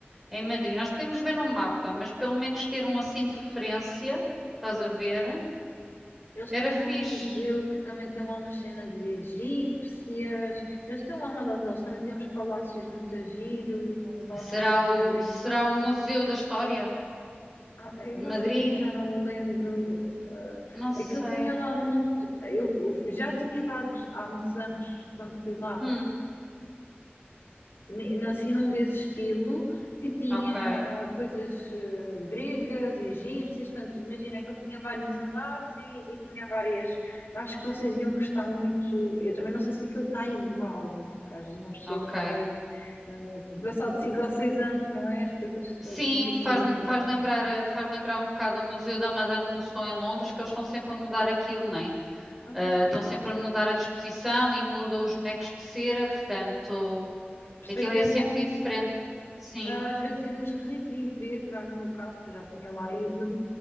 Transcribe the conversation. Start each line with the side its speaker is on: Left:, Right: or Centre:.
Centre: em Madrid. Nós podemos ver no mapa, mas pelo menos ter um assim de referência, estás a ver?
Left: Eles
Centre: Era
Left: têm
Centre: fixe.
Left: lá um museu que também tem lá umas cenas egípcias. Eles têm lá uma data, eles também têm uns palácios muito giros, um palácio
Centre: Será
Left: com um
Centre: o,
Left: jardim.
Centre: será o Museu da História
Left: Ah, eu
Centre: de Madrid?
Left: acho que sim, já não me lembro. Ah,
Centre: Não sei.
Left: aquele tinha lá um monte. Eu, eu já tinha estado há muitos anos quando fui lá
Centre: Hum,
Left: ne- não- assim num desse estilo, que tinha
Centre: ok,
Left: ah, coisas eh, gregas, egípcias, portanto, imagina que ele tinha vários andares e, e tinha várias. Eu acho que vocês iam gostar muito. Eu também não sei se aquilo está igual, não é? Que às vezes uma pessoa
Centre: ok.
Left: vai, eh, passado cinco ou seis anos, não é? As coisas estão
Centre: Sim,
Left: estão um bocadinho
Centre: faz,
Left: diferentes.
Centre: faz lembrar, eh, faz lembrar um bocado o Museu da Madame Tussauds em Londres, que eles estão sempre a mudar aquilo, né?
Left: Então,
Centre: é? estão sempre a mudar a disposição e mudam os bonecos de cera, portanto,
Left: por isso
Centre: aquilo
Left: é que
Centre: é
Left: é
Centre: sempre
Left: bom.
Centre: diferente. Sim,
Left: ah, Às vezes irmos reviver, lá no meu caso, que eu já tinha lá ido,